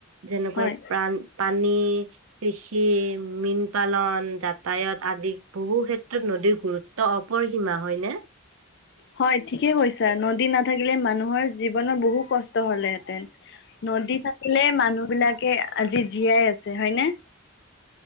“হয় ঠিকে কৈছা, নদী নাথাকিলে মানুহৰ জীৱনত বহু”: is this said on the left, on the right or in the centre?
Left